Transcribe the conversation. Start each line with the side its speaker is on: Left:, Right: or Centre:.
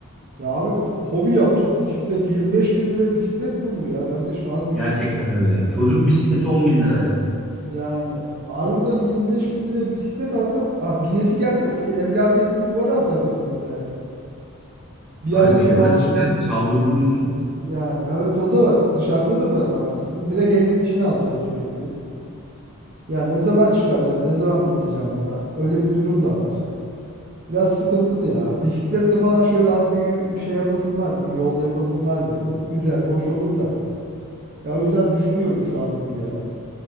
Right: Ya abi hobi yapacağız. Bisiklet 25 bin liraya bisiklet mi olur ya kardeşim? Az bir
Centre: Gerçekten
Right: bir-
Centre: öyle ya. Çocuk bisikleti 10 bin lira ya.
Right: yani harbiden 25 bin liraya bisiklet alsak Aa, binesi gelmez ki. Evladiyelik duvara asarsın burada ya. Bir
Centre: Abi
Right: aylık
Centre: bilemezsin
Right: maaşı
Centre: ki
Right: bisiklet
Centre: abi. Çaldırdığını düşün.
Right: Yani evet o da var. Dışarıda da bırakamazsın. Direkt evin içine alacaksın sürekli. Ya ne zaman çıkaracaksın? Ne zaman bineceksin buna? Öyle bir durum da var. Biraz sıkıntılı ya. Bisikletle falan şöyle az bir yürü- şey yapasın var. Bir yol yapasın var böyle. Güzel, hoş olur da. Ya o yüzden düşünüyorum şu anlık ya.